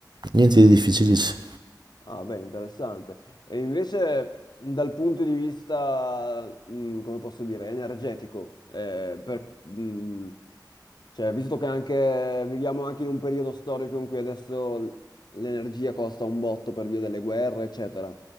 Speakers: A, on the right; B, on the left.
A: Niente di difficilissimo.
B: Ah, beh, interessante. E invece mh, dal punto di vista, mh, come posso dire, energetico, eh, per- mh, cioè, visto che anche, viviamo anche in un periodo storico in cui adesso l- l'energia costa un botto per via delle guerre, eccetera,